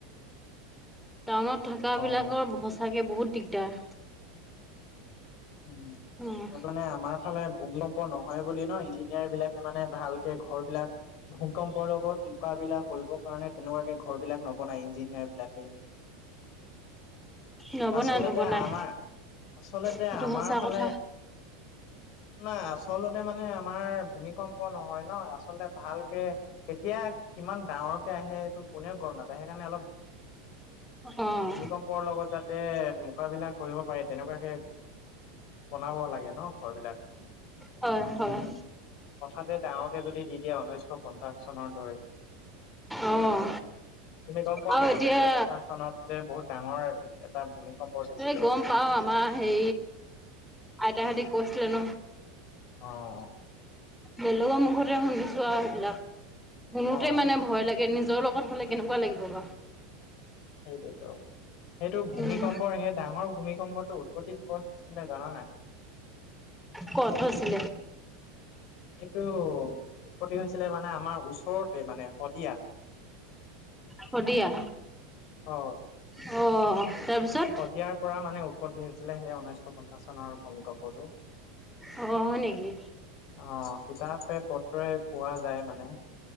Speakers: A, in the centre; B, on the left.
A: টাউনত থকা বিলাকৰ
B: অ
A: সঁচাকে বহুত দিগদাৰ।
B: উম,
A: উম,
B: মানে আমাৰ ফালে ভূমিকম্প নহয় বুলি ন ইঞ্জিনিয়াৰ বিলাকে মানে ভাল ঘৰ বিলাক ভূিকম্পৰ লগত মোকাবিলা কৰিবৰ কাৰণে তেনেকুৱাকে ঘৰ বিলাক নবনাই ইঞ্জিনিয়াৰ বিলাকে।
A: নবনাই
B: আচলতে
A: নবনাই
B: আমাৰ আচলতে
A: সেইটো
B: আমাৰ
A: সঁচা
B: ফালে
A: কথা।
B: নাই আচলতে মানে আমাৰ ভূমিকম্প নহয় ন আচলতে ভালকে কেতিয়া কিমান ডাঙৰকে আহে এইটো কোনেও গম নাপায়, সেইকাৰণে অলপ
A: অ'
B: ভূমিকম্পৰ লগত যা মোকাবিলা কৰিব পাৰে তেনেকুৱাকে বনাব লাগে ন ঘৰ বিলাক।
A: হয় হয়।
B: হঠাতে ডাঙৰকে যদি দি দিয়া উনৈশ পঞ্চাছ চনৰ দৰে।
A: উম,
B: তুমি গম পোৱা
A: অ' আৰু
B: নাই
A: এতিয়া
B: উনৈশশ পঞ্চাশ চনত যে বহুত ডাঙৰ এটা ভূমিকম্প দিছিলে
A: এই গম পাও আমাৰ হে আইতা হতি কচল ন।
B: অ'।
A: বেলেগৰ মুখতে শুনিছো আৰু সেইবিলাক, শুনোতে
B: অ
A: মানে ভয় লাগে নিজ যৰ লগত হাললে কেনেকুৱা লাগিব বা।
B: সেইটোৱেতো সেইটো ভূমিকম্পৰ
A: উম
B: সেই ডাঙৰ ভূমিকম্পটো উৎপত্তি কষ্ট আছিলে জানা নাই?
A: ক'ত হৈছিলে?
B: এইটো উৎপত্তি হৈছিলে মানে আমাৰ ওচৰতে মানে শদিয়া।
A: শদিয়া
B: অ
A: অ'। তাৰপিছত
B: শদিয়াৰ পৰা মানে উৎপত্তি হৈছিলে সে ঊনৈশ পঞ্চাশ চনৰ ভূমিকম্পটো।
A: অ'। হয় নেকি
B: অহ কিতাপে পত্ৰই পোৱা যায় মানে।